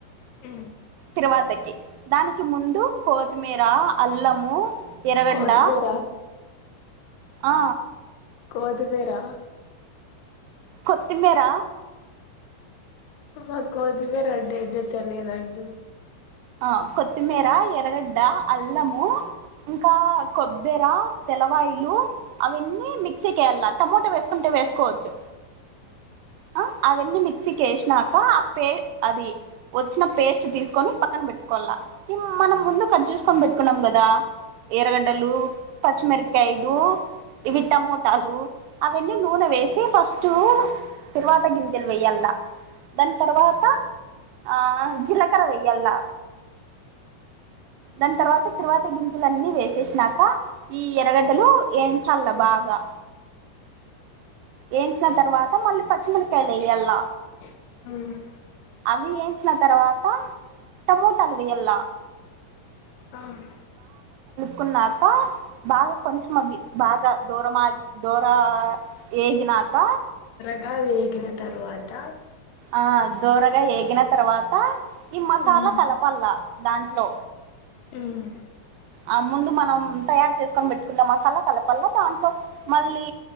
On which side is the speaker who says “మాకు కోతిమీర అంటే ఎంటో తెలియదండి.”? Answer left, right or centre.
Left